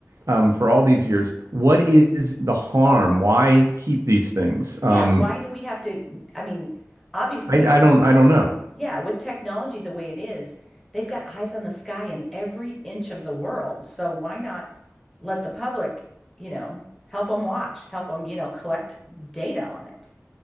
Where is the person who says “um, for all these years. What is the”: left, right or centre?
Right